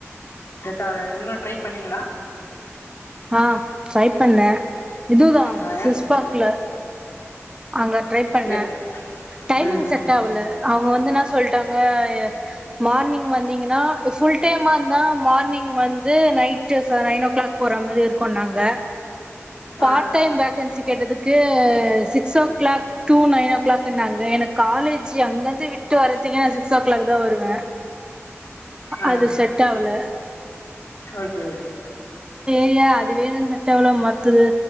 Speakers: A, on the left; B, on the right.
A: செட்டாவள இவுங்க ட்ரை பண்ணீங்களா
B: ஆ ட்ரை பண்ணே இதுதா
A: ஆ
B: சுவிஸ்
A: எ-
B: பாக்ல அங்க ட்ரை பண்ணே
A: எ-
B: டைமிங்செட்
A: ம்
B: ஆவுல அவுங்க வந்துனாஸ் சொல்ட்டாங்க மார்னிங் வந்தீங்கன்னா ஃபுல் டைம்மா இருந்தா மார்னிங் வந்து நைட்டு ச நைன் ஓ கிளாக் போற மாரி இருக்குன்னாங்க பார்ட்
A: ஆ
B: டைம் வேக்கன்சி கேட்டது கே six o'clock to nine ஓ கிளாக்னாங்க எனக்கு காலேஜ் அங்கந்து விட்டு வரத்துக்கே நா சிக்ஸ் ஓ கிளாக்தா வருவே
A: ஆ
B: அது செட் ஆவுல
A: ஓகே ஓகே
B: தியா அது வேணுட்டவள மாத்தது